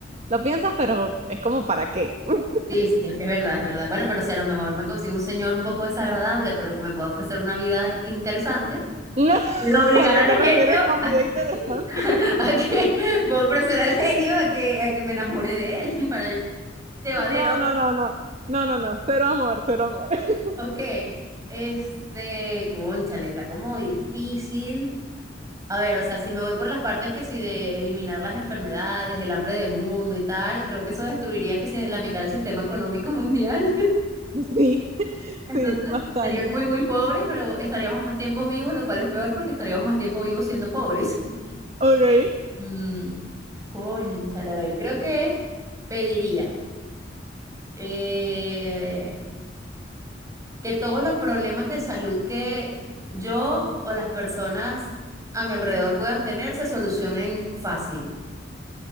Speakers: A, on the right; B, on the right.
A: lo piensas, pero es como para qué. <laughs>
B: Sí, sí, es verdad, es verdad. Bueno, pero si a lo mejor me consigo un señor un poco desagradable, pero que me pueda ofrecer una vida interesante,
A: No,
B: puedo obligar
A: ¿A qué
B: al
A: te
B: genio.
A: refieres con
B: <laughs>
A: vida interesante?
B: a que voy a ofrecer al genio a que, a que me enamore de él <laughs> para yo llevadero.
A: No, no, no, no, no, no, no, cero amor, cero amor. <laughs>
B: Ok, este, cónchale, está como difícil. A ver, o sea, si me voy por las partes que si de eliminar las enfermedades, el hambre del mundo y tal, creo que eso destruiría que si la mitad del sistema económico mundial.
A: Sí,
B: <laughs> Entonces,
A: sí, bastante.
B: sería muy, muy pobre, pero estaríamos más tiempos vivos, lo cual es peor porque estaríamos más tiempo vivos siendo pobres. <laughs>
A: Ok,
B: Mm, cónchale, a ver, creo que pediría. eh, que todos los problemas de salud que yo o las personas a mi alrededor puedan tener se solucionen fácil.